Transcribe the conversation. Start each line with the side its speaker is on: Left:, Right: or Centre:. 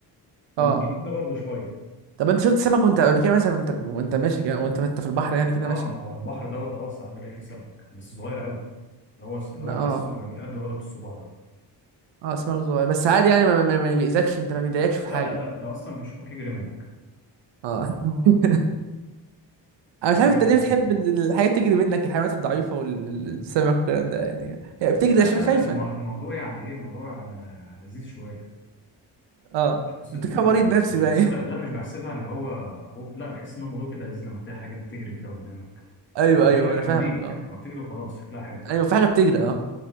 Right: اه
Left: والجديد ده برضه شويه
Right: طب انت شفت سمك وانت قبل كده مثلا وانت وانت ماشي كده وانت انت في البحر يعني كده
Left: اه
Right: ماشي
Left: ما هو البحر دوت اه ساعات بلاقي فيه سمك بس صغير قوي اللي هو اللي هو
Right: اه
Left: تحسه يعني قد ورقه الصباع ده
Right: اه سمك صغير بس عادي يعني ما ما ما بيأذكش انت ما بيضايقكش في
Left: لا
Right: حاجه
Left: لا ده ده اصلا بيشوفك يجري منك
Right: اه <laughs>
Left: على طول
Right: انا
Left: كانت
Right: مش
Left: حاجه
Right: عارف انت
Left: لذيذه
Right: ليه بتحب
Left: يعني.
Right: ال- الحاجات تجري منك الحيوانات الضعيفه والسمك والكلام ده يعني هي بتجري
Left: لا
Right: عشان
Left: لا
Right: خايفه
Left: الم- الموضوع يعني ايه موضوع انا لذيذ شويه
Right: اه
Left: مش قصه
Right: ده كان
Left: خوف
Right: مريض
Left: وكده
Right: نفسي
Left: مش
Right: بقى
Left: بحسبها
Right: <laughs>
Left: لا مش بحسبها ان هو خوف لا بحس ان الموضوع كده لذيذ لما تلاقي حاجه كده بتجري كده قدامك
Right: ايوه
Left: لا
Right: ايوه
Left: منك
Right: انا فاهمك
Left: او ليك
Right: اه
Left: فبتجري وخلاص شكلها حلو
Right: ايوه في حاجه بتجري اه